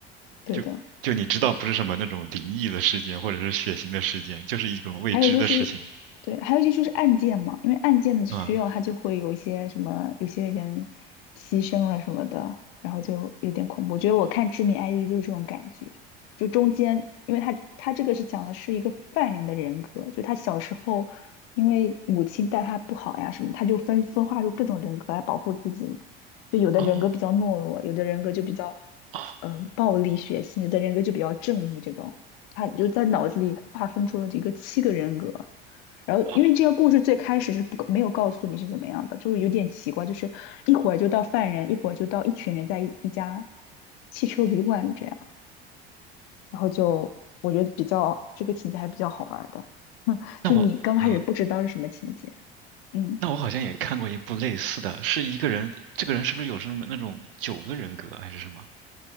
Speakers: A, on the left; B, on the right.
A: 对的。
B: 就就你知道，不是什么那种灵异的事件或者是血腥的事件，就是一种未知的事情。
A: 还有就是，对，还有一些就是案件嘛，因为案件的需要，
B: 嗯，
A: 它就会有一些什么，有些人牺牲了什么的，然后就有点恐怖。我觉得我看《致命 ID》就是这种感觉，就中间，因为他他这个是讲的是一个犯人的人格，就他小时候因为母亲待他不好呀什么，他就分分化出各种人格来保护自己嘛。就有的人格比较懦弱，
B: 哦
A: 有的人格就比较
B: 哦
A: 嗯、呃暴力血腥，有的人格就比较正义这种。他你就在脑子里划分出了这个七个人格。然后，
B: 哦，
A: 因为这个故事最开始是不没有告诉你是怎么样的，就是有点奇怪，就是一会儿就到犯人，一会儿就到一群人在一一家汽车旅馆里这样，然后就我觉得比较这个情节还是比较好玩儿的，
B: 那我。
A: 就你刚开始不知道是什么情节，
B: 嗯。
A: 嗯。
B: 那我好像也看过一部类似的，是一个人，这个人是不是有什么那种九个人格还是什么？